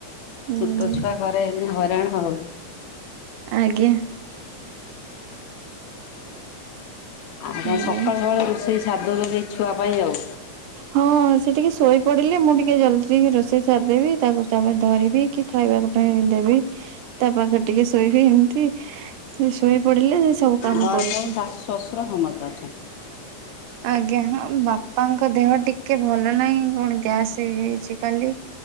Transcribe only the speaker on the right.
ହୁଁ
ଆଜ୍ଞା
ହୁଁ
ହଁ ସେ ଟିକେ ଶୋଇ ପଡିଲେ ମୁଁ ଟିକେ ଜଲଦି ଟିକେ ରୋଷେଇ ସାରିଦେବି, ତାକୁ ତାପରେ ଧରିବି। କି ଖାଇବା ପାଇଁ ଦେବି, ତା ପାଖ ଟିକେ ଶୋଇବି, ଏମତି ସେ ଶୋଇ ପଡିଲେ ସବୁ କାମ
କରୁଛି,
ଆଜ୍ଞା ହଁ ବାପ ବାପାଙ୍କ ଦେହ ଟିକେ ଭଲ ନାହିଁ, କଣ ଗ୍ୟାସ୍ ହେଇଯାଇଛି କାଲି